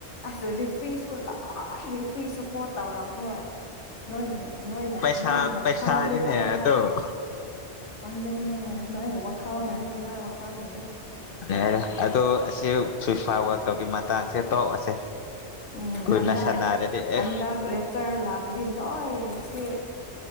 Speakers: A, on the left; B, on the left.
A: ꯑꯁ ꯔꯤꯐ꯭ꯔꯤꯁꯨ ꯂꯣꯏ ꯔꯤꯐ꯭ꯔꯤ ꯁꯄꯣꯔꯠ ꯇꯧꯔꯝꯃꯣꯏ꯫ ꯅꯣꯏꯅ ꯅꯣꯏꯅ
B: ꯄꯩꯁꯥ
A: ꯅꯣꯏꯅ
B: ꯄꯩꯁꯥꯅꯤꯅꯦ
A: ꯈꯪꯕꯒꯤꯅꯦꯕ
B: ꯑꯗꯣ
A: ꯈꯪꯗꯦ ꯅꯣꯏ ꯋꯥꯈꯜ ꯅꯅꯦ ꯅꯣꯏ ꯋꯥ ꯈꯅ ꯅꯅꯦ꯫
B: ꯌꯥꯔꯦ ꯑꯗꯣ ꯑꯁꯤ ꯐꯤꯐꯥ ꯋ꯭ꯔꯥꯜꯗ ꯀꯞꯀꯤ ꯃꯇꯥꯡꯁꯦ ꯇꯣꯛꯑꯁꯦ꯫
A: ꯎꯝ
B: ꯀꯨꯏꯅ
A: ꯍꯟꯗꯛ
B: ꯁꯥꯟꯅꯔꯗꯤ ꯑꯦ
A: ꯍꯟꯗꯛ ꯔꯦꯠꯇꯔ ꯂꯥꯛ ꯍꯥꯏꯗꯤ ꯂꯣꯏ ꯁꯤ